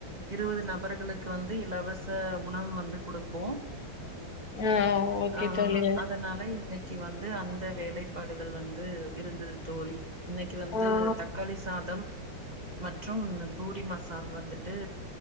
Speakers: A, on the right; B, on the left.
A: இருபது நபர்களுக்கு வந்து இலவச வச உணவு வந்து குடுப்போம்
B: ஆ ஓகே
A: ஆ
B: தோழி
A: அதனால இன்னைக் க்கி வந்து அந்த வேலை பாடுகள் வந்து இருந்தது தோழி இன்னைக்கு வந்து
B: ஆ
A: தக்காளி சாதம் மற்றும் பூரி மசா சால் வந்துட்டு